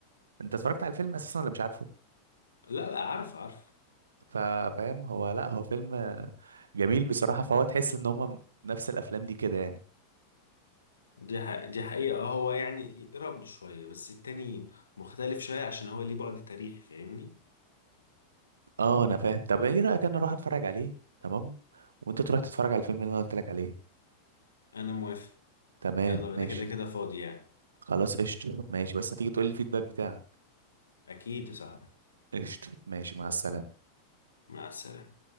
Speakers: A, on the right; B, on the left.
A: انت اتفرجت على الفيلم اساسا ولا مش عارفه
B: لا لا عارف عارف
A: ف- فاهم هو لا هو فيلم جميل بصراحة فهو تحس ان هما نفس الافلام دي كده يعني
B: دي ح- دي حقيقه آه، هو يعني يقرب له شويه بس التاني مختلف شويه عشان هو ليه بعد تاريخي فاهمني
A: اه انا فاهم طب ايه رايك انا اروح اتفرج عليه تمام وانت تروح تتفرج على الفيلم اللي انا قلت لك عليه
B: انا موافق
A: تمام
B: يلا
A: ماشي
B: انا كده كده فاضي يعني
A: خلاص قشطة ماشي بس تيجي تقول لي الفيدباك بتاعك
B: اكيد يا صاحبي
A: قشطة ماشي مع السلامه
B: مع السلامه